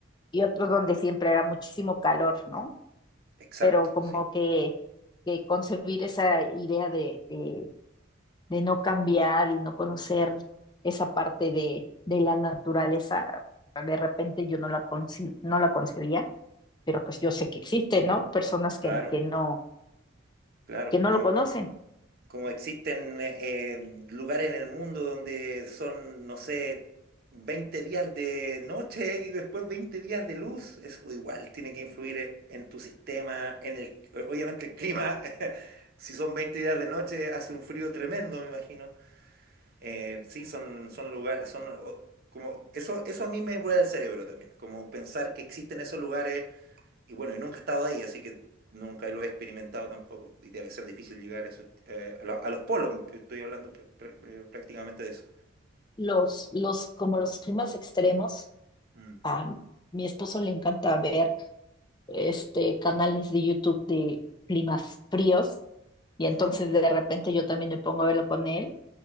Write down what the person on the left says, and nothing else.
y otros donde siempre hará muchísimo calor, ¿no?
Pero como
que, que concebir esa idea de, de de no cambiar y no conocer esa parte de, de la naturaleza, de repente yo no la, conci- no la concebía, pero pues yo sé que existe, ¿no? Personas que,
que, no,
que no
lo conocen.
Los, los, como los climas extremos,
a mi esposo le encanta ver este, canales de YouTube de climas fríos y
entonces de repente yo también me pongo a verlo con él